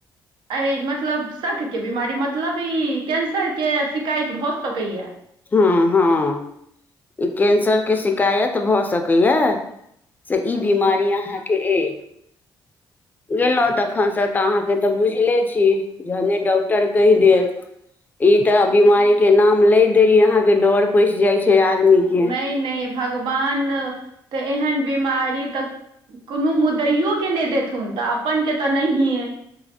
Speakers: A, on the right; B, on the left.
A: एहि मतलब शकके बिमारी मतलब ई कैंसरके शिकायत भऽ सकैए
B: हँ हँ ई कैन्सरके शिकायत भऽ सकैए से ई
A: अच्छा
B: बीमारी अहाँके अइ गेलहुँ तखनसँ तऽ अहाँके तऽ बुझले छी जहने डॉक्टर कहि देत ई तऽ बिमारी के नाम लैत देरी अहाँ के डर पैसि जाय छै आदमीके
A: नहि नहि भगवान तऽ एहन बीमारी तऽ कोनो मुदैयओके नहि देथुन तऽ अपन के तऽ नहिए